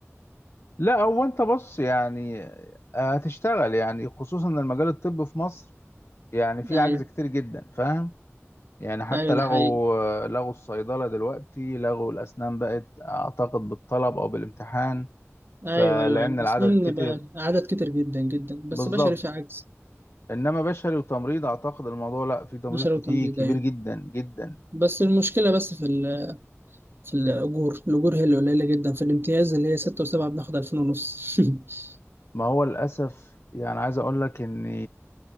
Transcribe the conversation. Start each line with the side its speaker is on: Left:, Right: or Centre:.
Left: لا هو انت بص يعني آه، هتشتغل يعني خصوصا ان المجال الطبي في مصر يعني فيه
Right: ايوه
Left: عجز كتير جدا فاهم يعني حتى
Right: ايوه ده
Left: لغوا
Right: حقيقي
Left: لغوا الصيدلة دلوقتي لغوا الأسنان بقت أعتقد بالطلب أو بالامتحان فلأن
Right: ايوه ايوه ايوه
Left: العدد
Right: اسنان
Left: كتر
Right: بقى عدد كتير جدا جدا بس
Left: بالظبط
Right: بشري في عجز
Left: إنما بشري وتمريض أعتقد الموضوع لأ في تمريض
Right: بشري
Left: كتير
Right: وتمريض
Left: كبير
Right: ايوه
Left: جدا جدا
Right: بس المشكله بس في ال... في الاجور الاجور هي اللي قليله جدا في الامتياز اللي هي سته وسبعه بناخد 2000 ونص <laughs>
Left: ما هو للأسف يعني عايز أقول لك إن